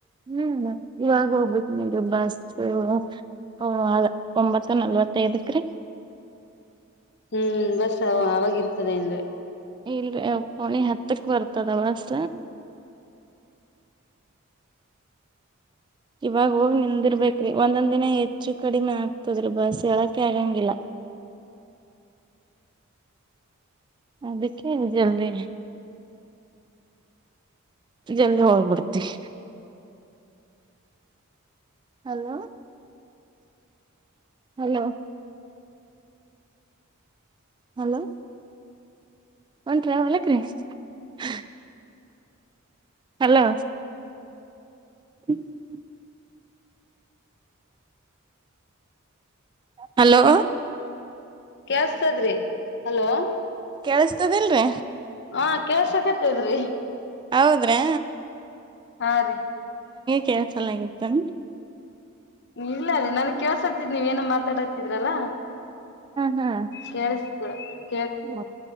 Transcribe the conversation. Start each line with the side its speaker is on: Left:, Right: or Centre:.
Right: ಇಲ್ಲ ಇವಾಗ ಹೋಗ್ಬೇಕ ನೋಡ್ರಿ ಬಸ್ಸು ಅ ಒಂಬತ್ತು ನಲ್ವತ್ತೈದಕ್ರಿ.
Left: ಹ್ಮ್ ಬಸ್ಸು ಅವ ಅವವಾಗಿರ್ತದೇನ್ <unintelligible>
Right: ಇಲ್ರಿ ಪೋಳಿ ಹತ್ತಕ್ ಬರ್ತದ ಬಸ್ ಇವಾಗ ಹೋಗಿ ನಿಂದಿರ್ಬೇಕ್ರಿ ಒಂದೊಂದ್ ದಿನ ಹೆಚ್ಚು ಕಡಿಮೆ ಆಗ್ತದ್ರಿ ಬಸ್ ಹೇಳಕ್ಕೆ ಆಗಂಗಿಲ್ಲ. ಅದಿಕ್ಕೆ ಜಲ್ದಿ ಜಲ್ದ್ ಹೋಗ್ಬಿಡ್ತಿವಿ. ಹಲೋ ಹಲೋ ಹಲೋ ಒಂಟ್ರ ಹೊಲಕ್ರಿ ಹ್ ಹಲೋ <inaudible> ಹಲೋ
Left: ಕೇಳ್ಸ್ತದ್ರಿ. ಹಲೋ
Right: ಕೇಳಿಸ್ತದಿಲ್ರಿ
Left: ಹಾ ಕೆಳ್ಸ ಕತ್ತದ್ರಿ
Right: ಹೌದ್ರಾ
Left: ಹಾ ರೀ
Right: ಕೇಳ್ಸಲಾಗೈತೆನ್
Left: ಇಲ್ಲ ರಿ ನನ್ಗ್ ಕೆಳ್ಸತ್ತಿದ್ ನೀವ್ ಏನೋ ಮಾತಾಡ ಇದ್ರಲ್ಲಾ
Right: ಹಾ
Left: ಕೇಳ್ಸ್ <unintelligible>
Right: ಹ